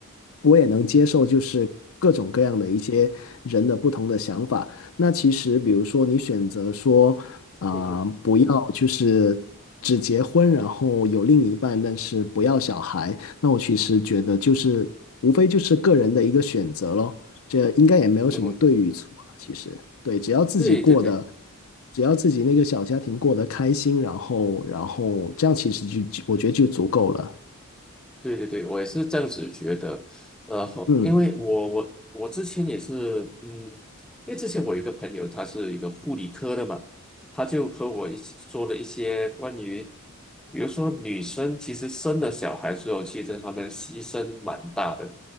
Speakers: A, on the left; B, in the centre.
A: 我也能接受就是各种各样的一些人的不同的想法。那其实，比如说你选择说，啊、
B: 嗯嗯，
A: 不要就是只结婚，然后有另一半，但是不要小孩，那我其实觉得就是无非就是个人的一个选择咯，这应该也没有什么对与错了其实，
B: 嗯，
A: 对，只要自己过得，
B: 对对对
A: 只要自己那个小家庭过得开心，然后然后这样其实就就我觉得就足够了。
B: 对对对，我也是这样子觉得，呃，后因为我我我之前也是，
A: 嗯，
B: 嗯，因为之前我有一个朋友，他是一个护理科的嘛，他就和我一起做了一些关于，比如说女生其实生了小孩之后，其实她们牺牲蛮大的，